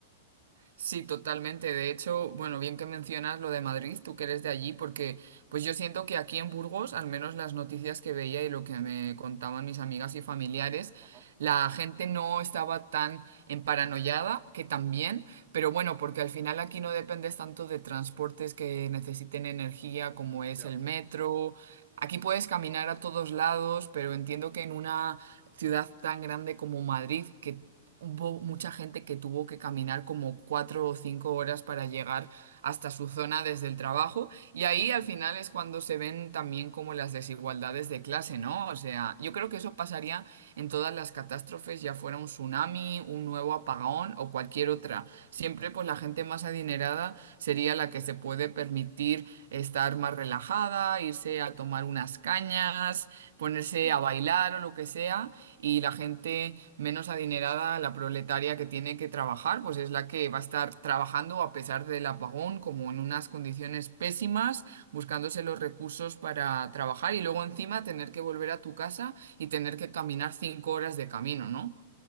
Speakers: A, on the right (about 75°); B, on the right (about 20°).
A: Sí, totalmente. De hecho, bueno, bien que mencionas lo de Madrid, tú que eres de allí, porque pues yo siento que aquí en Burgos, al menos las noticias que veía y lo que me contaban mis amigas y familiares,
B: Ajá,
A: la gente no estaba tan emparanoiada, que también, pero bueno, porque al final aquí no dependes tanto de transportes que necesiten energía como es
B: ya.
A: el metro. Aquí puedes caminar a todos lados, pero entiendo que en una ciudad tan grande como Madrid, que hubo mucha gente que tuvo que caminar como cuatro o cinco horas para llegar hasta su zona desde el trabajo. Y ahí al final es cuando se ven también como las desigualdades de clase, ¿no? O sea, yo creo que eso pasaría en todas las catástrofes, ya fuera un tsunami, un nuevo apagón o cualquier otra. Siempre pues la gente más adinerada sería la que se puede permitir estar más relajada, irse a tomar unas cañas, ponerse
B: Mm.
A: a bailar o lo que sea, y la gente menos adinerada, la proletaria que tiene que trabajar, pues es la que va a estar trabajando a pesar del apagón, como en unas condiciones pésimas, buscándose los recursos para trabajar y luego encima tener que volver a tu casa y tener que caminar cinco horas de camino, ¿no?